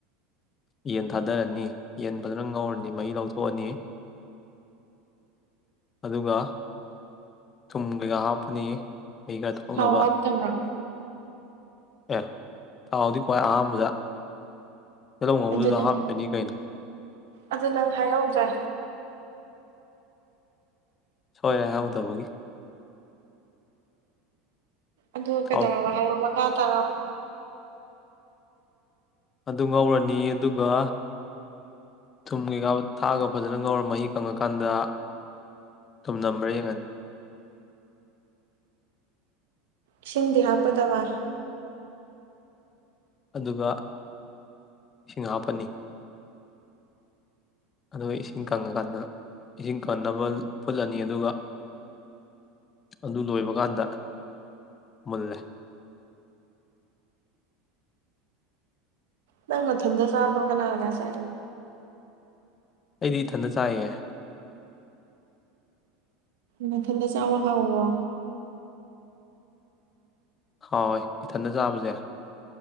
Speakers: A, on the left; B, on the right.
A: ꯌꯦꯟ ꯊꯥꯗꯔꯅꯤ ꯌꯦꯟ ꯐꯖꯅ ꯉꯧꯔꯅꯤ ꯃꯍꯤ ꯂꯧꯊꯣꯛꯑꯅꯤ ꯑꯗꯨꯒ ꯊꯨꯝ ꯀꯩꯀꯥ ꯍꯥꯞꯄꯅꯤ꯫ ꯃꯍꯤ ꯈꯔ ꯊꯣꯛꯅꯕ
B: ꯊꯥꯎ ꯍꯥꯞꯇꯕ꯭ꯔꯥ꯫
A: ꯑꯦ ꯊꯥꯎꯗꯤ ꯈ꯭ꯋꯥꯏ ꯑꯍꯥꯥꯝꯕꯗ꯫ ꯇꯦꯂꯧ ꯉꯧꯕꯗꯨꯗ
B: ꯑꯗꯨ ꯅꯪ
A: ꯍꯥꯞꯇꯣꯏꯅꯤ ꯀꯩꯅꯣ꯫
B: ꯑꯗꯨ ꯅꯪ ꯍꯥꯏꯍꯧꯗ꯭ꯔ
A: ꯁꯣꯏꯔꯦ ꯍꯥꯏꯍꯧꯗꯕꯒꯤ꯫
B: ꯑꯗꯨꯒ
A: ꯊꯥꯎ
B: ꯀꯩꯗꯧꯔꯕ ꯍꯥꯏꯔꯑꯣ ꯃꯛ <unintelligible>
A: ꯑꯗꯨ ꯉꯧꯔꯅꯤ ꯑꯗꯨꯒ ꯊꯨꯝ ꯀꯩꯀꯥ ꯊꯥꯛꯑꯒ ꯐꯖꯅ ꯉꯧꯔ ꯃꯍꯤ ꯀꯪꯉꯀꯥꯟꯗ ꯊꯨꯝ ꯅꯝꯕ꯭ꯔꯥ ꯌꯦꯡꯉꯅꯤ꯫
B: ꯏꯁꯤꯡꯗꯤ ꯍꯥꯞꯄꯣꯏꯗꯕ꯫
A: ꯑꯗꯨꯒ ꯏꯁꯤꯡ ꯍꯥꯞꯄꯅꯤ꯫ ꯑꯗꯨꯒ ꯏꯁꯤꯡ ꯀꯪꯉꯀꯥꯟꯗ ꯏꯁꯤꯡ ꯀꯟꯅꯕ ꯐꯨꯠꯂꯅꯤ ꯑꯗꯨꯒ ꯑꯗꯨ ꯂꯣꯏꯕ ꯀꯥꯟꯗ ꯃꯨꯜꯂꯦ꯫
B: ꯅꯪ ꯃꯊꯟꯗ ꯆꯥꯕ꯭ꯔꯣ ꯀꯅꯥ ꯀꯅꯥ ꯆꯥꯏꯅꯣ꯫
A: ꯑꯩꯗꯤ ꯏꯊꯟꯗ ꯆꯥꯏꯌꯦ꯫
B: ꯅꯊꯟꯗ ꯆꯥꯕ ꯍꯥꯎꯕ꯭ꯔꯣ꯫
A: ꯍꯥꯎꯌꯦ ꯏꯊꯟꯗ ꯆꯥꯕꯁ